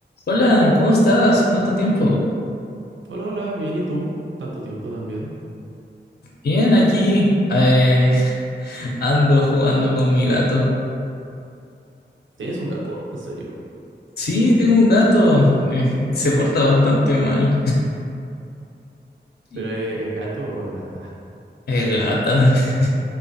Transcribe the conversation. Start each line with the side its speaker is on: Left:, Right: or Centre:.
Left: Hola, ¿cómo estás? ¿Cuánto tiempo?
Right: Hola, hola, bien, ¿y tú? Tanto tiempo también.
Left: Bien, aquí eh, <laughs> ando jugando con mi gato.
Right: ¿Tienes un gato? ¿En serio?
Left: Sí, tengo un gato eh, que se porta bastante mal. <laughs>
Right: ¿Pero es, es gato o es gata?
Left: Es gata. <laughs>